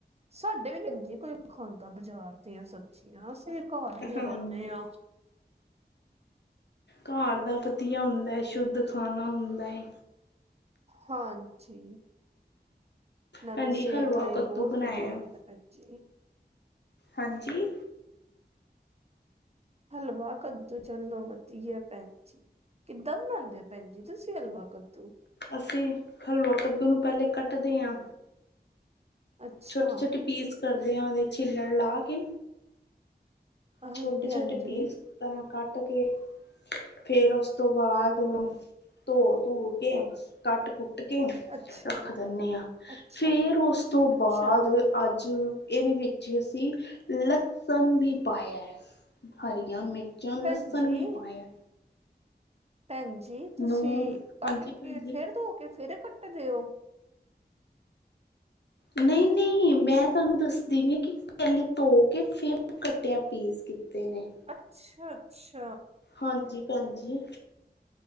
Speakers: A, on the right; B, on the left.
A: ਸਾਡੇ ਵੀ ਲਗੀ ਕੋਈ ਵੀ ਖਾਂਦਾ ਬਾਜ਼ਾਰ ਦੀਆਂ ਸਬਜ਼ੀਆਂ ਅਸੀਂ ਘਰ ਹੀ ਲਗਾਨੇ
B: ਹਾਂਜੀ
A: ਆ।
B: ਘਰ ਦਾ ਵਤੀਆ ਹੁੰਦਾ ਐ ਸ਼ੁੱਧ ਖਾਣਾ ਹੁੰਦਾ ਐ
A: ਹਾਂਜੀ ਈ ਨਾਲੇ
B: ਭੈਣਜੀ
A: ਸਿਹਤ
B: ਹਲਵਾ
A: ਲਈ
B: ਕੱਦੂ
A: ਬਹੁਤ
B: ਬਣਾਇਆ
A: ਵਧੀਆ ਹੁੰਦਾ ਭੈਣ ਜੀ।
B: ਹਾਂਜੀ ਈ
A: ਹਲਵਾ ਕੱਦੂ ਚਲੋ ਵਧੀਆ ਏ ਭੈਣ ਜੀ ਕਿੱਦਾਂ ਬਣਾਉਂਦੇ ਭੈਣ ਜੀ ਤੁਸੀਂ ਹਲਵਾ ਕੱਦੂ
B: ਅਸੀਂ ਹਲਵਾ ਕੱਦੂ ਨੂੰ ਪਹਿਲੇ ਕੱਟਦੇ ਐ
A: ਅੱਛਾ
B: ਛੋਟੇ ਛੋਟੇ ਪੀਸ ਕਰਦੇ ਆ ਉਹਦੇ ਛਿੱਲੜ ਲਾ ਕੇ
A: ਹਾਂਜੀ,
B: ਛੋਟੇ ਛੋਟੇ
A: ਹਾਂਜੀ।
B: ਪੀਸ ਤਰ੍ਹਾਂ ਕੱਟ ਕੇ ਫੇਰ ਉਸ ਤੋਂ ਬਾਅਦ। ਧੋ ਧੁ ਕੇ ਕੱਟ ਕੁੱਟ। ਤੇ ਕੇ
A: ਅੱਛਾ,
B: ਰੱਖ ਦਿੰਦੇ ਹਾਂ
A: ਅੱਛਾ,
B: ਫੇਰ ਉਸ ਤੋਂ
A: ਅੱਛਾ
B: ਬਾਅਦ। ਅੱਜ ਇਹਦੇ ਵਿੱਚੀ ਅਸੀਂ ਲਸਣ ਵੀ। ਪਾਇਆ ਹਰੀਆਂ ਮਿਰਚਾਂ ਲਸਣ
A: ਭੈਣ ਜੀ
B: ਵੀ ਪਾਇਆ।
A: ਭੈਣ ਜੀ ਤੁਸੀਂ
B: ਨੂੰ ਹਾਂਜੀ
A: ਕੱਟ
B: ਭੈਣ
A: ਕੇ
B: ਜੀ।
A: ਫਿਰ ਧੋ ਕੇ ਫੇਰ ਕੱਟ ਦਿਓ।
B: ਨਹੀਂ ਈ ਨਹੀਂ ਈ ਮੈਂ ਤੁਹਾਨੂੰ ਦੱਸਦੀ ਪਈ ਹੈ ਕਿ। ਪਹਿਲੇ ਧੋ ਕੇ ਫਿਰ ਕੱਟਿਆ ਪੀਸ ਕੀਤੇ ਨੇ।
A: ਅੱਛਾ ਅੱਛਾ
B: ਹਾਂਜੀ ਈ ਭੈਣਜੀ